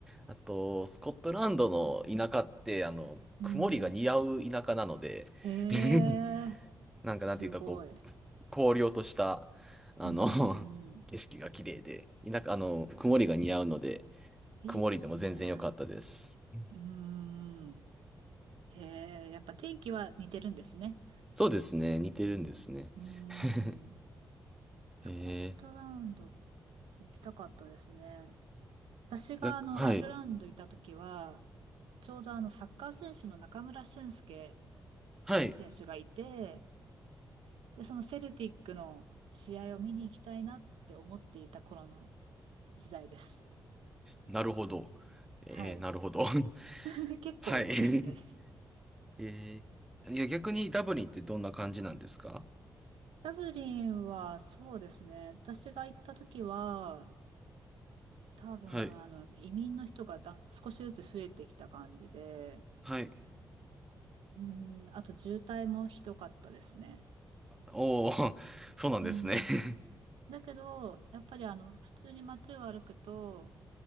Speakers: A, in the centre; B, on the right (about 75°).
A: あと、スコットランドの田舎って、あの、
B: うん。
A: 曇りが似合う田舎なので、
B: えー、
A: <laughs> なんかなんていうか、
B: すごい。
A: こう、荒涼とした、あの、
B: うん、う
A: <laughs>
B: んうん。
A: 景色が綺麗で、田舎、あの、曇りが似合うので、
B: いいですね。
A: 曇りでも全然良かったです。うん
B: うん。へえ、やっぱ天気は似てるんですね。
A: そうですね。似てるんですね。
B: うん。
A: <laughs>
B: スコットランド
A: へえー。
B: 行きたかったですね。私があの、
A: いや、はい。
B: アイルランドいた時は、ちょうどあの、サッカー選手の中村俊輔
A: はい。
B: 選手がいて、で、そのセルティックの試合を見に行きたいなって思っていた頃の時代です。
A: なるほど。えー、
B: はい。
A: なるほど。<laughs>
B: <laughs> 結構昔です。
A: はい。<laughs> えー、いや、逆にダブリンってどんな感じなんですか
B: ダブリンはそうですね。私が行った時は、多分、
A: はい。
B: あの、移民の人がだ、少しずつ増えてきた感じで、
A: はい。
B: うん、あと渋滞もひどかったですね。
A: おー、<laughs> そうなんですね。
B: うん。
A: <laughs>
B: だけど、やっぱりあの、普通に街を歩くと、